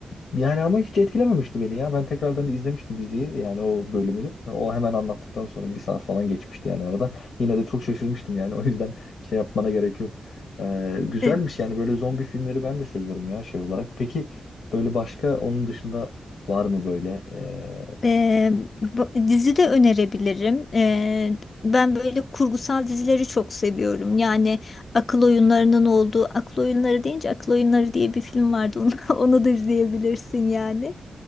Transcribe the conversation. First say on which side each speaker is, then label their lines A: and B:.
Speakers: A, on the left (about 80°); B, on the left (about 55°).
A: yani ama hiç etkilememişti beni ya. Ben tekrardan izlemiştim diziyi yani o bölümünü. O hemen anlattıktan sonra bir saat falan geçmişti yani arada. Yine de çok şaşırmıştım yani <laughs> o yüzden şey yapmana gerek yok. Ee, güzelmiş
B: Ee,
A: yani böyle zombi filmleri ben de seviyorum ya şey olarak. Peki böyle başka onun dışında var mı böyle? Ee,
B: e, bu- dizi de önerebilirim. Ee, ben böyle kurgusal dizileri çok seviyorum. Yani akıl oyunlarının olduğu akıl oyunları deyince akıl oyunları diye bir film vardı. Onu, <laughs> onu da izleyebilirsin yani.